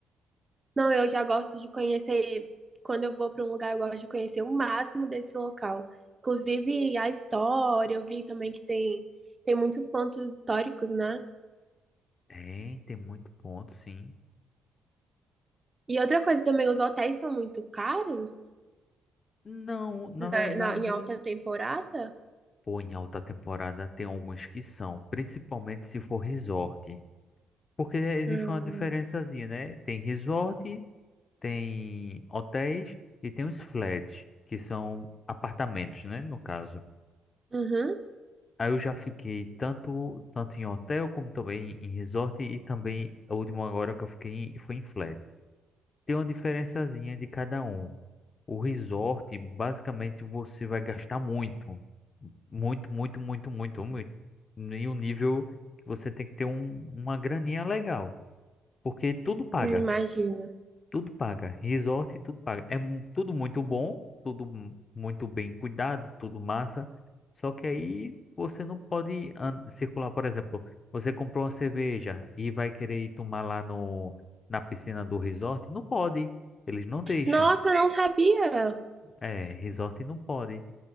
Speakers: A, on the right (about 25°); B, on the left (about 40°).
A: Não, eu já gosto de conhecer. Quando eu vou para um lugar, eu gosto de conhecer o máximo desse local. Inclusive a história, eu vi também que tem, tem muitos pontos históricos, né?
B: Tem, tem muito ponto, sim.
A: E outra coisa também, os hotéis são muito caros
B: Não, na
A: na,
B: verdade,
A: na- em alta temporada.
B: pô, em alta temporada tem alguns que são, principalmente se for resort. Porque existe
A: Hum,
B: uma diferençazinha, né? Tem resort tem hotéis e tem os flats, que são apartamentos, né, no caso.
A: uhum,
B: Aí eu já fiquei tanto, tanto em hotel como também em resort e também a última agora que eu fiquei em- foi em flat. Tem uma diferençazinha de cada um. O resort, basicamente, você vai gastar muito. Muito, muito, muito, muito, muito. E um nível que você tem que ter um, uma graninha legal. Porque tudo paga.
A: hum, imagino.
B: Tudo paga. Resort, tudo paga. É mu- tudo muito bom, tudo mu- muito bem cuidado, tudo massa. Só que aí você não pode an- circular, por exemplo, você comprou uma cerveja e vai querer ir tomar lá no, na piscina do resort, não pode. Eles não deixam.
A: Nossa, eu não sabia.
B: É, resort não pode.